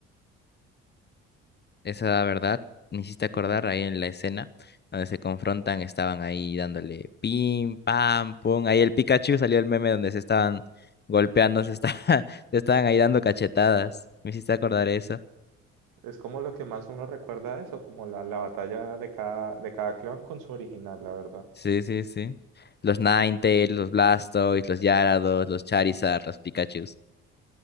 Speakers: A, on the left (about 30°); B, on the right (about 65°).
A: Esa verdad, me hiciste acordar ahí en la escena donde se confrontan, estaban ahí dándole pim, pam, pum. Ahí el Pikachu salió el meme donde se estaban golpeando, se, esta- <laughs> se estaban ahí dando cachetadas. Me hiciste acordar eso.
B: es como lo que más uno recuerda de eso, como la, la batalla de cada, de cada clon con su original, la verdad.
A: Sí, sí, sí. Los Ninetales, los Blastoise, los Gyarados, los Charizard, los Pikachus.